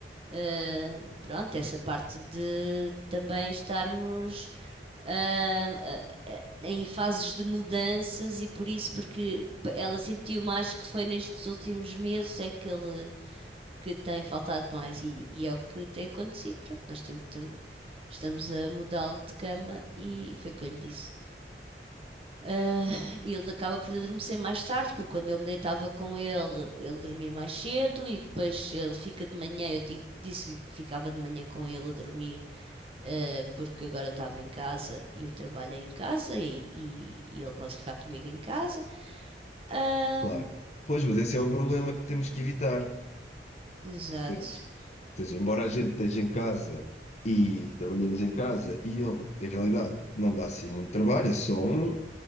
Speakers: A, on the right; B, on the left.
A: Eh, pronto, essa parte de também estarmos ah, ah, ah, em fases de mudanças e por isso, porque ela sentiu mais que foi nestes últimos meses é que ele que tem faltado mais e, e é o que tem acontecido. Pronto, nós temos, temos- estamos a mudá-lo de cama e foi o que eu lhe disse. Ah, e ele acaba por adormecer mais tarde, porque quando eu me deitava com ele, ele dormia mais cedo e depois ele fica de manhã. Eu di- disse-lhe que ficava de manhã com ele a dormir, ah, porque agora estava em casa e o trabalho é em casa e, e- e ele pode ficar comigo em casa. Ah,
B: claro. Pois, mas esse é o problema que temos que evitar.
A: exato.
B: Pois. Ou seja, embora a gente esteja em casa e trabalhemos em casa e ele, em realidade, não dá assim muito trabalho, é só um.